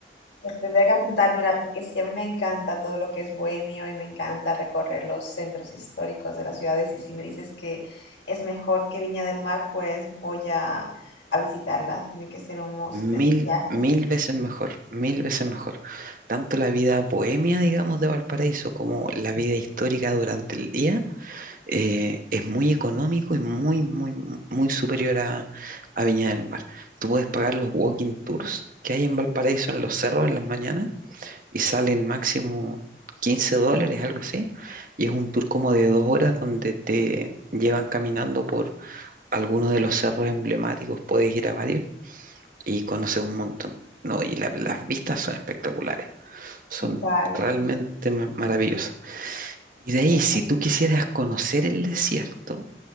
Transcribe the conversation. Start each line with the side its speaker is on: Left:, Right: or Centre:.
Left: Pues tendría que apuntármela porque sí, a mí me encanta todo lo que es bohemio y me encanta recorrer los centros históricos de las ciudades y si me dices que es mejor que Viña del Mar, pues voy a, a visitarla. Tiene que ser un must
Right: Mil,
Left: en el viaje.
Right: mil veces mejor, mil veces mejor. Tanto la vida bohemia, digamos, de Valparaíso como la vida histórica durante el día eh, es muy económico y muy, muy, muy superior a, a Viña del Mar. Tú puedes pagar los walking tours que hay en Valparaíso en los cerros en las mañanas y salen máximo 15 dólares, algo así. Y es un tour como de dos horas donde te llevan caminando por algunos de los cerros emblemáticos. Puedes ir a varios y conoces un montón. No, y la- las vistas son espectaculares, son
Left: Vale,
Right: realmente
Left: genial.
Right: ma- maravillosas. Y de ahí,
Left: Venga,
Right: si tú quisieras conocer el desierto,